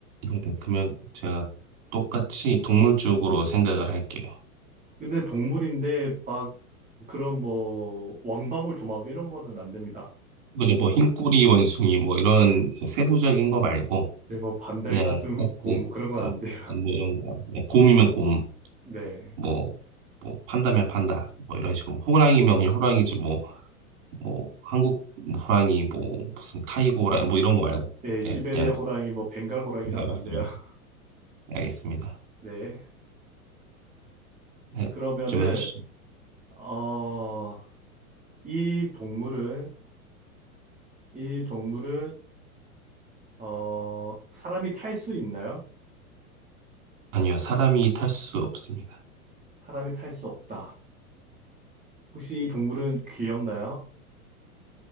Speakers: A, on the right; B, on the right.
A: 네, 그러면 제가 똑같이 동물 쪽으로 생각을 할게요.
B: 근데 동물인데 막 그런 뭐 왕방울 도마뱀 이런 거는 안 됩니다.
A: 그죠, 뭐, 흰꼬리 원숭이, 뭐, 이런 세부적인 거 말고,
B: 네, 뭐 반달
A: 그냥
B: 가슴곰
A: 딱지
B: 뭐 그런 건
A: 음,
B: 안 돼요.
A: 음, 뭐 이런 거 그냥 곰이면 곰,
B: <laughs> 네.
A: 뭐, 뭐 판다면 판다, 뭐 이런 식으로 호랑이면 그냥 호랑이지 뭐, 뭐 한국 뭐 호랑이 뭐 무슨 타이거 호랑이 뭐 이런 거 말고
B: 예, 시베리아
A: 예 그냥
B: 호랑이 뭐 벵갈 호랑이 이런 거
A: 말씀하세요.
B: 안 돼요. <laughs>
A: 알겠습니다.
B: 네.
A: 네
B: 그러면은
A: 질문하시죠.
B: 어 이 동물은, 이 동물은, 어, 사람이 탈 수 있나요?
A: 아니요 사람이 탈 수 없습니다.
B: 사람이 탈 수 없다. 혹시 이 동물은 귀엽나요?